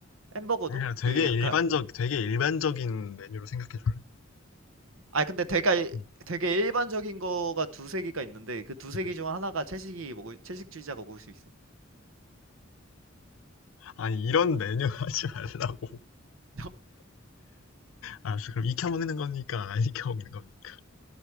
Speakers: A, on the right; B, on the left.
A: 햄버거도
B: 그냥
A: 그
B: 되게
A: 약간
B: 일반적 되게 일반적인 메뉴로 생각해 줄래
A: 아 근데 되게
B: 응.
A: 되게 일반적인 거가 두세 개가 있는데 그 두 세
B: 응.
A: 개 중 하나가 채식이 먹을 채식주의자가 먹을 수 있어.
B: 아니 이런 메뉴 <laughs> 하지 말라고
A: <laughs>
B: 알았어 그럼 익혀 먹는 겁니까 안 익혀 먹는 겁니까